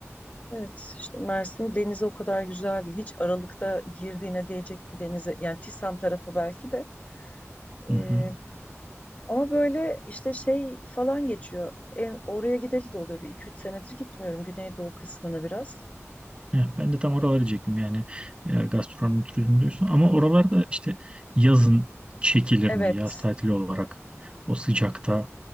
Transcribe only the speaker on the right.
Hı hı.
Heh, ben de tam oraları diyecektim yani e, gastronomi turizmi diyorsun. Ama oralarda işte yazın çekilir
mi yaz tatili olarak o sıcakta